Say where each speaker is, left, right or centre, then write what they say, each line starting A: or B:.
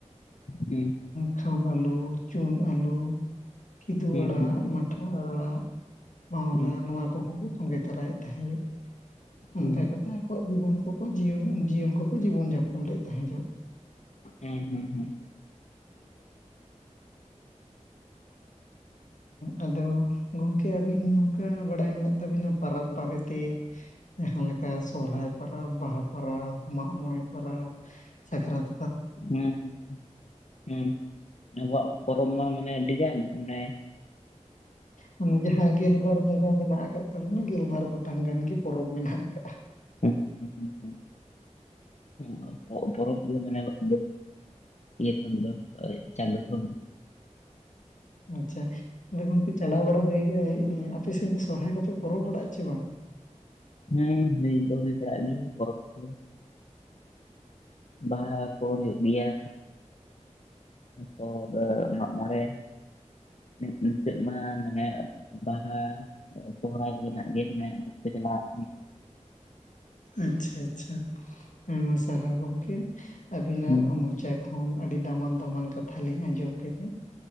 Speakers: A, on the left (about 60°); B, on the left (about 80°).
A: ᱦᱩᱸ
B: ᱠᱷᱟᱢ ᱟᱞᱩ ᱪᱩᱱ ᱟᱞᱩ ᱠᱤᱫᱩ
A: ᱦᱩᱸ
B: ᱟᱲᱟᱜ
A: ᱦᱩᱸ
B: ᱢᱟᱴᱷᱟ ᱟᱲᱟᱜ ᱵᱟᱣᱞᱟ
A: ᱦᱩᱸ
B: ᱱᱚᱣᱟ ᱠᱚᱦᱚᱸ ᱠᱚ ᱠᱟᱹᱢᱤ ᱛᱚᱨᱟᱭᱮᱫ ᱛᱟᱦᱮᱸᱫ ᱾ ᱚᱱᱠᱟ
A: ᱦᱩᱸ
B: ᱠᱟᱛᱮᱫ ᱟᱠᱚᱣᱟᱜ ᱡᱤᱵᱚᱱ ᱠᱚᱠᱚ ᱡᱤᱭᱚᱱ ᱡᱤᱭᱚᱱ ᱠᱚᱠᱚ ᱡᱤᱵᱚᱱ ᱡᱟᱯᱚᱱ ᱞᱮᱫ ᱛᱟᱦᱮᱸ ᱡᱚᱜ
A: ᱦᱮᱸ ᱦᱩᱸ ᱦᱩᱸ
B: ᱟᱫᱚ ᱜᱚᱢᱠᱮ ᱟᱹᱵᱤᱱ ᱱᱚᱝᱠᱟ ᱵᱟᱲᱟᱭ ᱢᱮᱱᱟᱜ ᱛᱟᱹᱵᱤᱱᱟ ᱯᱟᱨᱚᱵᱽ ᱵᱟᱨᱮᱛᱮ ᱡᱟᱦᱟ ᱞᱮᱠᱟ ᱥᱚᱦᱨᱟᱭ ᱯᱟᱨᱟᱵᱽ ᱵᱟᱦᱟ ᱯᱟᱨᱟᱵᱽ ᱢᱟᱜ-ᱢᱚᱬᱮ ᱯᱟᱨᱟᱵᱽ ᱥᱟᱠᱨᱟᱛ
A: ᱦᱮᱸ ᱦᱩᱸ ᱦᱩᱸ ᱦᱮᱸ ᱟᱵᱚᱣᱟᱜ ᱯᱚᱨᱚᱵᱽ ᱢᱟ ᱢᱟᱱᱮ ᱟᱹᱰᱤ ᱜᱟᱱ ᱢᱟᱱᱮ
B: ᱮ ᱚᱱᱟ ᱡᱟᱦᱟ ᱜᱮᱞᱵᱟᱨ ᱵᱚᱸᱜᱟ ᱢᱮᱱᱟᱜ ᱟᱠᱟᱫ ᱛᱟᱵᱚᱱᱟ ᱜᱮᱞᱵᱟᱨ ᱜᱚᱴᱟᱝ ᱜᱟᱱ ᱜᱮ ᱯᱚᱨᱚᱵᱽ ᱢᱮᱱᱟᱜ ᱟᱠᱟᱜᱼᱟ
A: ᱦᱩᱸ ᱦᱩᱸ ᱦᱩᱸ ᱦᱩᱸ ᱯᱚ-ᱯᱚᱨᱚᱵᱽ ᱢᱟᱱᱮᱫᱚᱜ ᱤᱭᱟᱹ ᱠᱷᱚᱱ ᱫᱚ ᱪᱟᱸᱫᱳ ᱫᱚ
B: ᱟᱪᱪᱷᱟ ᱟᱫᱚ ᱜᱚᱝᱠᱮ ᱪᱟᱞᱟᱣ ᱵᱟᱲᱟ ᱦᱩᱭ ᱠᱟᱱᱟ ᱟᱯᱮ ᱥᱮᱫ ᱥᱚᱨᱦᱟᱭ ᱠᱚᱯᱮ ᱯᱚᱨᱚᱵᱽ ᱵᱟᱲᱟᱜ-ᱟ ᱪᱮ ᱵᱟᱝ?
A: <inaudible> <unintelligible> ᱵᱟᱦᱟ ᱠᱚ ᱦᱩᱭᱩᱜ ᱜᱮᱭᱟ ᱚᱨ ᱢᱟᱜ ᱢᱚᱬᱮ ᱱᱤᱛᱚᱜ ᱢᱟ ᱢᱟᱱᱮ ᱵᱟᱦᱟ ᱥᱚᱦᱚᱨᱟᱭ ᱠᱚᱨᱮᱱᱟᱜ ᱜᱮ ᱢᱟᱱᱮ ᱚᱠᱛᱮ ᱪᱟᱞᱟᱜ
B: ᱟᱪᱪᱷᱟ ᱟᱪᱪᱷᱟ ᱟᱭᱢᱟ ᱥᱟᱨᱦᱟᱣ ᱜᱚᱝᱠᱮ ᱟᱵᱤᱱᱟᱜ
A: ᱦᱩᱸ
B: ᱢᱚᱪᱟ ᱠᱷᱚᱱ ᱟᱹᱰᱤ ᱫᱟᱢᱟᱱ ᱫᱟᱢᱟᱱ ᱠᱟᱛᱷᱟ ᱞᱤᱧ ᱟᱸᱡᱚᱢ ᱠᱮᱫᱟ